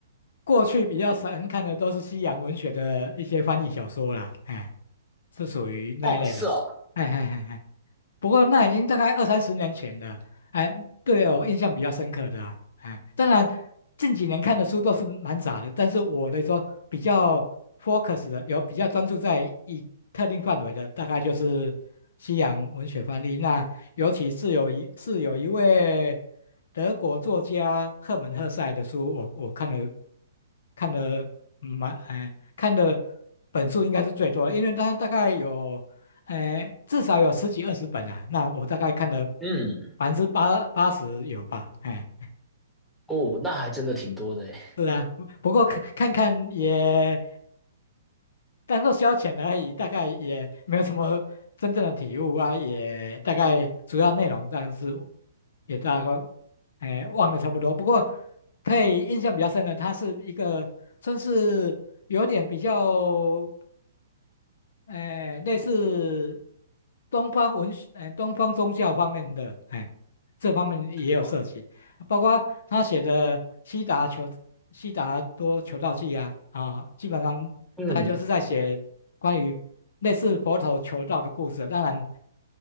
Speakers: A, on the left; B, in the centre.
A: 过去比较少看的都是西洋文学的一些翻译小说啦，哎，是属于那一类的。
B: 哦，是哦，
A: 哎哎哎哎不过那已经大概二三十年前了，哎，对我印象比较深刻的啊，哎，当然近几年看的书都是蛮杂的，但是我来说比较 focus 的，有比较专注在一特定范围的，大概就是西洋文学翻译。那尤其是有一是有一位德国作家赫门赫塞的书，我我看了看了蛮哎看的本数应该是最多的，因为他大概有。哎，至少有十几二十本啊，那我大概看了
B: 嗯，
A: 百分之八八十有吧，哎，
B: 哦，那还真的挺多的诶。
A: 是啊，不过看看看也当做消遣而已，大概也没有什么真正的体悟啊，也大概主要内容，但是也大概哎忘了差不多。不过可以印象比较深的，它是一个算是有点比较。哎，类似东方文学，哎，东方宗教方面的，哎，这方面也有涉及，
B: 哦，
A: 包括他写的《悉达求悉达多求道记》啊，啊，基本上大概就是在写关于类似佛陀求道的故事，
B: 嗯
A: 当然，